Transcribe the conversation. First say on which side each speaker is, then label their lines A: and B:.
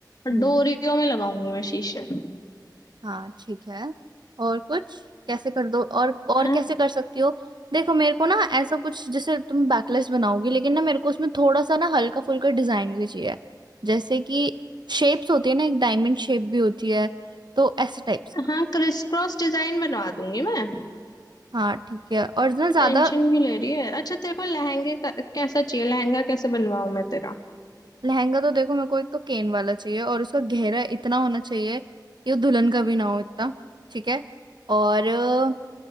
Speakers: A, on the right; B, on the left.
A: हम्म।
B: डोरियों में लगाऊंगी मैं शीशे
A: हाँ ठीक है और कुछ कैसे कर दो और और
B: हाँ
A: कैसे कर सकती हो देखो मेरे को ना ऐसा कुछ जैसे तुम बैकलेस बनाओगी लेकिन ना मेरे को उसमें थोड़ा सा ना हल्का फुल्का डिजाइन भी चाहिए जैसे कि शेप्स होती है ना एक डायमंड शेप भी होती है तो ऐसे टाइप्स का
B: हाँ क्रिस क्रॉस डिजाइन बनवा दूंगी मैं
A: हाँ ठीक है और ना
B: तो
A: ज्यादा
B: टेंशन क्यों ले रही है अच्छा तेरे को लहंगे का- कैसा चाहिए लहंगा कैसे बनवाऊं मैं तेरा
A: लहंगा तो देखो मेरे को एक तो केन वाला चाहिए और उसका गहरा इतना होना चाहिए कि वो दुल्हन का भी ना हो इतना ठीक है और अ,